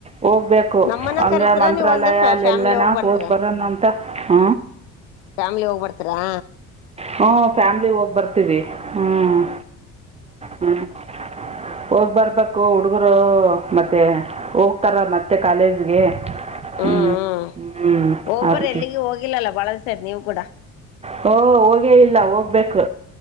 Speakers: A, on the right (about 15°); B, on the left (about 60°).
A: ಹೋಗ್ಬೇಕು
B: ನಮ್ಮನ್ನ
A: ಹಂಗ
B: ಕರಿತೀರಾ
A: ಮಂತ್ರಾಲಯ
B: ನೀವ್ ಒಂದೇ
A: ಅಲ್ಲೆಲ್ಲ
B: ಫ್ಯಾಮಿಲಿ
A: ಎಲ್ಲನ
B: ಹೋಗ್ಬರ್ತೀರಾ
A: ಹೋಗ್ ಬರಣ ಅಂತ ಹ
B: ಫ್ಯಾಮ್ಲಿ ಹೋಗ್ಬರ್ತೀರಾ
A: ಹ್ಮ ಫ್ಯಾಮ್ಲಿ ಹೋಗ್ ಬರ್ತವಿ ಹ್ಮ್ ಹ್ಮ್ ಹೋಗ್ಬರ್ಬ ಹುಡುಗರು ಮತ್ತೆ ಹೋಗ್ತಾರ ಮತ್ತೆ ಕಾಲೇಜ್ಗೆ
B: ಹ್ಮ್
A: ಹ್ಞೂ
B: ಹ್ಮ್
A: ಹ್ಞೂ
B: ಹೋಗ್ಬರ
A: ಅದಕ್ಕೆ
B: ಎಲ್ಲಿಗೂ ಹೋಗಿಲ್ಲಲ್ಲ ಬಾಳ ದಿವಸ ಆಯ್ತಾ ನೀವು ಕೂಡ
A: ಹಓ ಹೋಗೇ ಇಲ್ಲ ಹೋಗ್ಬೇಕು.